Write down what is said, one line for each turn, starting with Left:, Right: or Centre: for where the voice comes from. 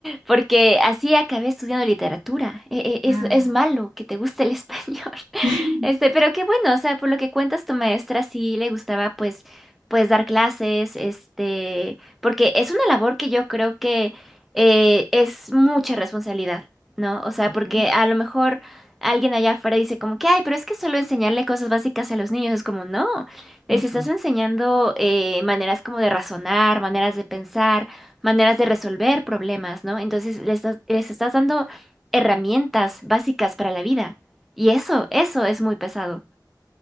Centre: porque así acabé estudiando literatura. E- e-
Right: Ah,
Centre: Es, es malo que te guste el español. <laughs>
Right: <laughs>
Centre: Este, pero qué bueno, o sea, por lo que cuentas, tu maestra sí le gustaba, pues, pues dar clases, este, porque es una labor que yo creo que eh, es mucha responsabilidad, ¿no? O sea,
Right: ujú,
Centre: porque a lo mejor alguien allá afuera dice como que, ay, pero es que solo enseñarle cosas básicas a los niños es como, no. Les
Right: ujú.
Centre: estás enseñando eh, maneras como de razonar, maneras de pensar, maneras de resolver problemas, ¿no? Entonces les estás, les estás dando herramientas básicas para la vida. Y eso, eso es muy pesado.